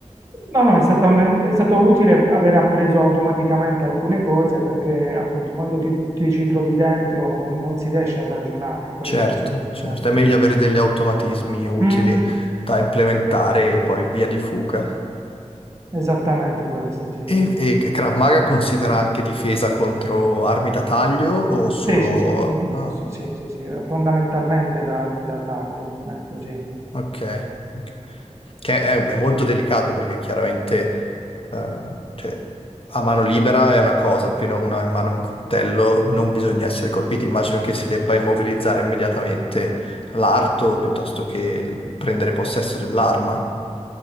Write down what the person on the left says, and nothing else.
Certo,
certo, è meglio avere degli automatismi utili
da implementare e poi via di fuga.
E, e Krav Maga considera anche difesa contro armi da taglio o solo...
ah.
ok. ok. Che è, è molto delicato perché chiaramente eh, cioè, a mano libera è una cosa, appena uno ha in mano un coltello non bisogna essere colpiti. Immagino che si debba immobilizzare immediatamente l'arto piuttosto che il- prendere possesso dell'arma.